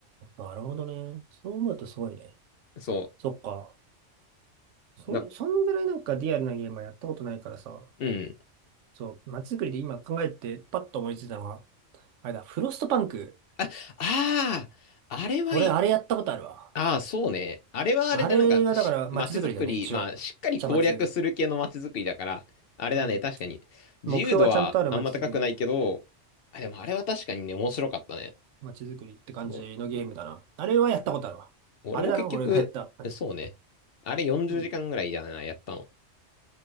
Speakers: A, on the right (about 85°); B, on the left (about 60°).
A: なるほどね。そう思うとすごいね。
B: そ
A: そっか。それ、
B: う。な、
A: そんぐらいなんかリアルなゲームはやったことないからさ。
B: うん。
A: そう、街づくりで今考えてパッと思いついたのが、あれだ、フロストパンク。
B: あ、ああ、あれはいい。
A: 俺、あれやったことあるわ。
B: ああ、そうね。あれはあれでなんかし、
A: あれがだから街づくりだよね、
B: 街づくり、
A: 一応。
B: まあ、しっかり攻略する系の街づくりだから、
A: じゃ街づくり。
B: あれだね、
A: うん。
B: 確かに。自由度はあんま高くないけど、
A: 目標がちゃんとある街づくり、
B: あ、でもあれは確かにね、面白かったね。
A: 街づくりって感じのゲームだな。
B: おお
A: あれはやったことあるわ。
B: 俺も結局、
A: あれだな、俺がやったやつ。
B: そうね。あれ40時間ぐらいだな、
A: うん。
B: やったの。